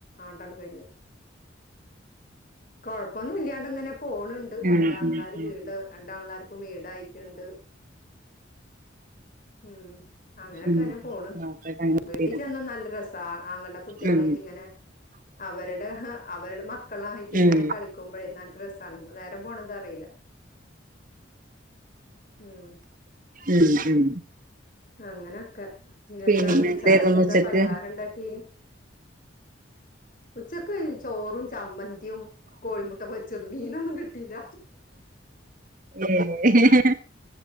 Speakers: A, on the left; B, on the right.
A: ആണ്ടാണ് കഴിഞ്ഞത് കൊഴപ്പൊന്നും ഇല്ലാണ്ട് ഇങ്ങനെ പോണ് ണ്ട്
B: ഉം
A: രണ്ടാങ്ങളാര്
B: ഉം ഉം
A: വീട് രണ്ടാങ്ങളാർക്കും വീടായിട്ട്ണ്ട് ഉം അങ്ങനെയൊക്കെന്നെ
B: ഉം
A: പോണ്
B: നോക്കട്ടെ അങ്ങനെ
A: വീട്ടിൽ
B: തീരട്ടെ
A: ചെന്നാ നല്ല രസാ ആങ്ങൾ ന്റെ കുട്ടോൾനെ
B: ഉം
A: ആയിട്ട് ഇങ്ങനെ അവരുടെ അവരുടെ മക്കളായിട്ട് ഇങ്ങനെ
B: ഉം
A: കളിക്കുമ്പോഴേ നല്ല രസാണ് നേരം പോണ എത്താറീല ഉം
B: ഉം ഉം
A: അങ്ങനൊക്കെ പിന്നെന്താണ്
B: പിന്നെ എന്തായിരുന്നു
A: ചായക്കെ എന്താ
B: ഉച്ചക്ക്
A: പലഹാരം ഇണ്ടാക്കി ഉച്ചക്ക് ചോറും ചമ്മന്തിയും കോഴിമുട്ട പൊരിച്ചത് മീനൊന്നും കിട്ടിയില്ല
B: ഏഹ്